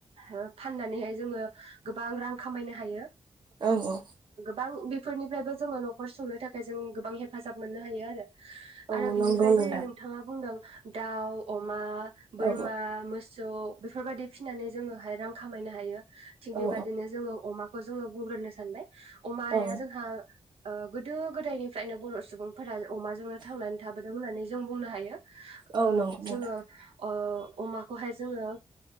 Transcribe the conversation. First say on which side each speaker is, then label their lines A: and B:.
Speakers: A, on the right; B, on the right.
A: ओ फाननानैहाय जोङो गोबां रां खामायनो हायो।
B: औ औ
A: बां बेफोरनिफ्रायबो जोङो न'खर सुंनो थाखाय खाय जों गोबां हेफाजाब मोननो हायो आरो।
B: औ
A: आरो बिनिफ्राय
B: नंगौ नोंथां
A: जेरै नोंथाङा बुंदों दाउ, अमा बोरमा,
B: औ
A: मोसौ सौ बेफोरबायादि फिनानै जोङोहाय रां खामायनो हायो। थिग
B: औ
A: बेबायदिनो जोङो अमा जोङो बुंग्रोनो सानबाय अमाया
B: औ
A: जोंहा ओ गोदो गोदोनिफ्रायनो बर' सुबुंफोरा अमाजोंनो थांनानै थाबोदों होननानै जों बुंनो हायो। ओ
B: औ नंगौ नोंथां
A: जोङो ओ अमाखौहाय जोङो